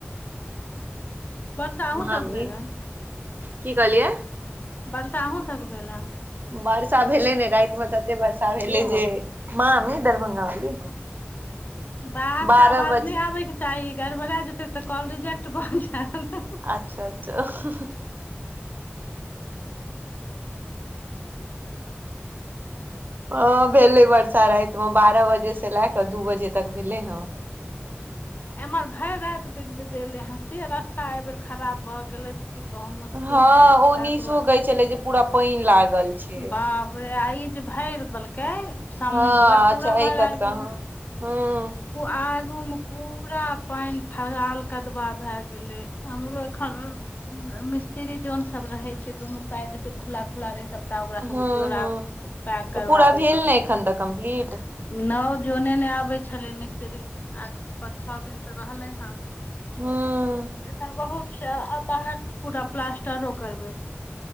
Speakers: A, on the left; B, on the right.
A: वर्षा अहूँ
B: मामी,
A: सबके भेल ह
B: की कहलियए?
A: वर्षा अहुँ सभके भेल हँ?
B: वर्षा भेलै ने रातिमे तएते वर्षा भेलै जे मामी दरभंगा वाली
A: ह। बाहरके
B: बारह
A: आवाज
B: बजे
A: नहि आबयके चाही गड़बड़ा जेतै तऽ कॉल रिजेक्ट भऽ जायत।
B: अच्छा, अच्छा, <unintelligible> हँ, भेलेले बार रातिमे बारह बजेसे लए कऽ दू बजे तक भेले ह।
A: एम्हर भरि राति बिद बिद एले से रस्ता एहिबेर खराब भऽ गेलै की कहू मुश्किल
B: हँ
A: छै त
B: ओ निशो
A: दुआ
B: कहै छलै जे पूरा पानि लागल छै
A: बाप रे आ ई जे भरि देलकै सामने
B: हँ
A: बला पूरा
B: अच्छा एहि
A: भरा
B: कतका
A: आ गेलै
B: हँ हँ
A: आगु में पूरा पानि थसाल कदवा भय गेले हमरो एखन मिस्त्री जन सब रहे छै दुनू साइडस खुला खुला रहै सब त ओकरा सब
B: हँ
A: जोड़ा
B: हँ
A: पैक
B: तऽ
A: करबाबै
B: पूरा भेल
A: छै
B: ने एखन तक कम्प्लीट
A: नओ जोने नहि आबै छलै मिस्त्री आठ पाँच छओ दिन से रहलै हन
B: हूँ
A: एखन बहुत छै आ बाहर पूरा प्लास्टरो करब